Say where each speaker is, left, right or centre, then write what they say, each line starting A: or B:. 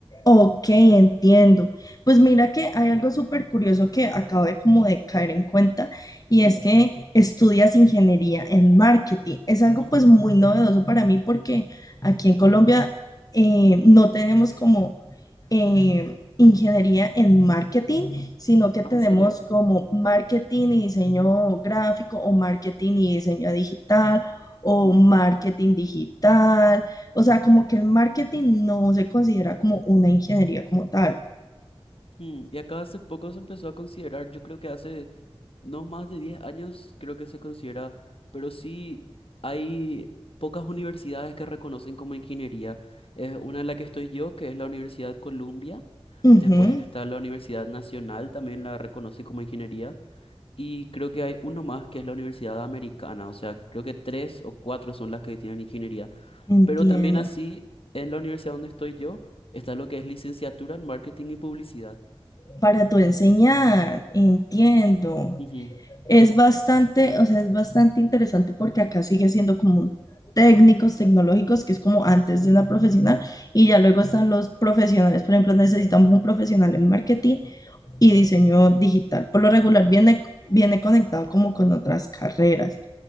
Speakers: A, on the left; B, on the left.
A: Ok, entiendo. Pues mira que hay algo súper curioso que acabo de como de caer en cuenta y es
B: Mm,
A: que estudias ingeniería en marketing. Es algo
B: ujú.
A: pues muy novedoso para mí porque aquí en Colombia eh, no tenemos como eh, ingeniería en marketing, sino que tenemos
B: Ah, ¿en serio?
A: como marketing y diseño gráfico o marketing y diseño digital o
B: Ujú.
A: marketing digital o sea, como que el marketing no se considera como una ingeniería como tal.
B: Mm, Y acá hace poco se empezó a considerar, yo creo que hace No más de 10 años creo que se considera, pero sí hay pocas universidades que reconocen como ingeniería. Es una de la que estoy yo, que es la Universidad Columbia.
A: Ujú,
B: Después está la Universidad Nacional, también la reconoce como ingeniería. Y creo que hay uno más que es la Universidad Americana. O sea, creo que tres o cuatro son las que tienen ingeniería.
A: entiendo.
B: Pero también así, en la universidad donde estoy yo, está lo que es licenciatura en marketing y publicidad.
A: Para tu enseñar, entiendo.
B: Ujú,
A: Es bastante, o sea, es bastante interesante porque acá sigue siendo como técnicos tecnológicos, que es como antes de una profesional, y ya luego están los profesionales. Por ejemplo, necesitamos un profesional en marketing y diseño digital. Por lo regular
B: ujú,
A: viene, viene conectado como con otras carreras.